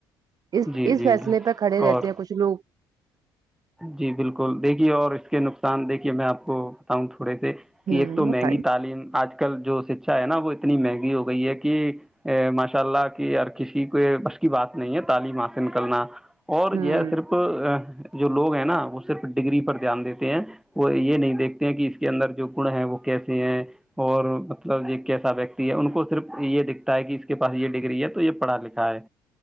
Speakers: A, on the right (about 40°); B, in the centre.
A: اس
B: جی
A: اس
B: جی
A: فیصلے پہ کھڑے رہتے
B: اور
A: ہیں کچھ لوگ
B: جی بالکل دیکھیے اور اس کے نقصان دیکھیے کہ میں آپ کو ہوں تھوڑے سے کہ
A: ہوں
B: ایک تو مہنگی
A: بتائیے۔
B: تعلیم آج آج کل جو شکھا ہے نا وہ اتنی مہنگی ہو گئی ہے کہ ماشاء اللہ کی کسی کو بش کی بات نہیں ہے تعلیم حاصل کرنا اور
A: ہوں
B: یہ صرف جو لوگ ہیں نا وہ صرف ڈگری پر دھیان دیتے ہیں وہ یہ نہیں دیکھتے ہیں کہ اس کے اندر جو گن ہیں وہ کیسے ہیں اور مطلب یہ کیسا ویکتی ہے ان کو صرف یہ دکھتا ہے کہ اس کے پاس یہ ڈگری ہے تو یہ پڑھا لکھا ہے